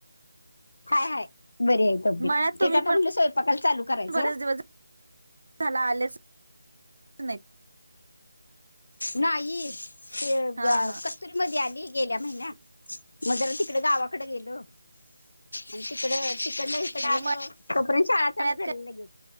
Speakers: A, on the left; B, on the right.
A: हाय हाय बरी आहे तब्येत
B: मळ्यात तुम्ही
A: तेच आता
B: पण
A: म्हणलं स्वयंपाकाल चालू करायचं.
B: बरेच दिवस झाला आलेस नाहीत.
A: नाही ते
B: हा
A: झा
B: हा
A: क तरी मध्ये आली गेल्या महिन्या मग तिकडे गावाकडे गेलो. आणि तिकड तिकडंन इकड
B: म्हटलं
A: आलो तोपर्यत शाळा
B: मळ्यात
A: चालू झाल्या लगेच.